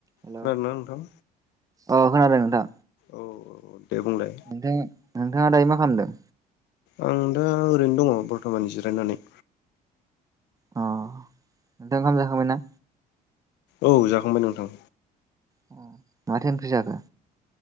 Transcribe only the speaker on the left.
खोनादोंना नोंथां।
औ दे बुंलाय
आं दा ओरैनो दङ बरथमान जिरायनानै।
औ जाखांबाय नोंथां।